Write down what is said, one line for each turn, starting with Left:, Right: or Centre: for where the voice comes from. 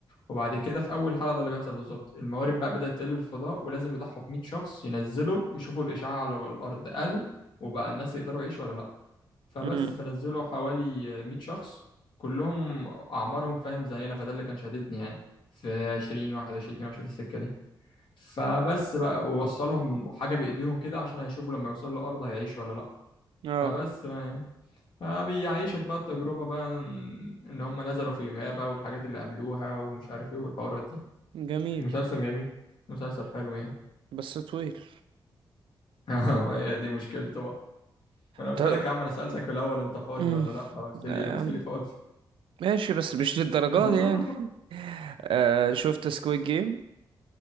Left: وبعد كده في اول حلقه ده اللي بيحصل بالظبط الموارد بقى بدات تقل في الفضاء ولازم يضحوا ب 100 شخص ينزلوا ويشوفوا الاشعاع على الارض قل وبقى الناس يقدروا يعيشوا ولا لا فبس
Right: امم
Left: فنزلوا حوالي 100 شخص كلهم اعمارهم فاهم زينا فده اللي كان شاددني يعني في 20 21 22 في السكه دي فبس بقى ووصلهم حاجه بايديهم كده عشان هيشوفوا لما يوصلوا الارض هيعيشوا ولا لا
Right: اه
Left: فبس بقى يعني فبيعيشك بقى التجربه بقى ان إن هم نزلوا في الغابه والحاجات اللي قابلوها ومش عارف ايه والحوارات دي
Right: جميل
Left: مسلسل جميل مسلسل حلو يعني
Right: بس طويل
Left: <laughs> اه هي دي مشكلته بقى ما انا قلت
Right: طب
Left: لك يا عم انا سألتك في الاول انت فاضي
Right: امم
Left: ولا لا آه، قلت لي ايه قلت
Right: آم،
Left: لي فاضي
Right: ماشي بس مش للدرجة
Left: <laughs>
Right: دي يعني <laughs> آه شفت سكويد جيم